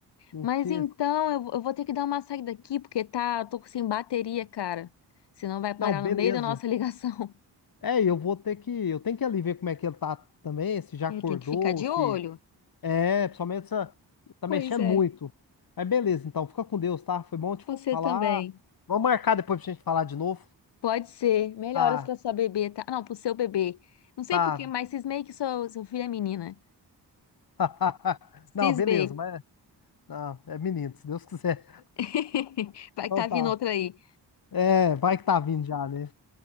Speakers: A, on the left; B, on the left.
A: Não
B: Mas
A: tinha.
B: então, eu, eu vou ter que dar uma saída aqui, porque tá, eu tô sem bateria, cara. Senão vai
A: Não,
B: parar
A: beleza.
B: no meio da nossa ligação. <laughs>
A: É, eu vou ter que. Eu tenho que ali ver como é que ele tá também, se já
B: É,
A: acordou,
B: tem que ficar de
A: se.
B: olho.
A: É, principalmente essa. Tá
B: Pois
A: mexendo
B: é.
A: muito. Mas beleza, então, fica com Deus, tá? Foi bom te
B: Você
A: falar.
B: também.
A: Vamos marcar depois pra gente falar de novo.
B: Pode ser. Melhoras
A: Ah,
B: pra sua bebê, tá? Ah, Não, pro seu bebê. Não sei
A: tá.
B: por quê, mas cismei que seu, seu filho é menina.
A: <laughs> Não,
B: Cismei.
A: beleza, mas. Não, é menino, se Deus quiser.
B: <laughs> Vai
A: Então
B: que tá
A: tá.
B: vindo outra aí.
A: É, vai que tá vindo já, né?